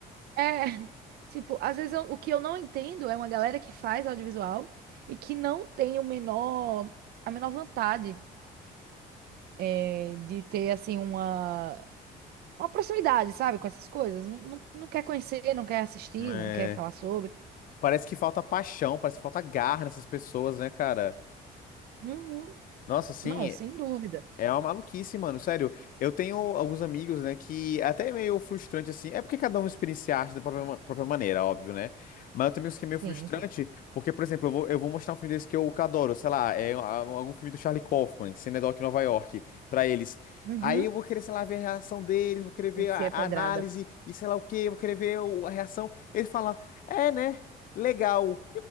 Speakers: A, on the right (about 65°); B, on the left (about 55°).
A: É, <laughs> tipo, às vezes eu- o que eu não entendo é uma galera que faz audiovisual e que não tem o menor, a menor vontade. é, de ter assim uma uma proximidade, sabe, com essas coisas. Não, não, não quer conhecer, não quer assistir,
B: É.
A: não quer falar sobre.
B: Parece que falta paixão, parece que falta garra nessas pessoas, né, cara?
A: Uhum.
B: Nossa, assim,
A: Não, sem dúvida.
B: é uma maluquice, mano. Sério, eu tenho alguns amigos, né, que é até é meio frustrante, assim. É porque cada um experiencia a arte da própria, ma- própria maneira, óbvio, né? Mas eu tenho amigos que é meio
A: Sim,
B: frustrante,
A: sim.
B: porque, por exemplo, eu vou, eu vou mostrar um filme desse que eu que adoro, sei lá, é a- algum filme do Charlie Kaufman, Cinedoc em Nova York, pra eles.
A: Uhum.
B: Aí eu vou querer, sei lá, ver a reação deles, vou querer ver
A: E
B: a,
A: se é
B: a
A: pedrada?
B: análise e sei lá o quê, vou querer ver o- a reação. eles falam é, né? Legal.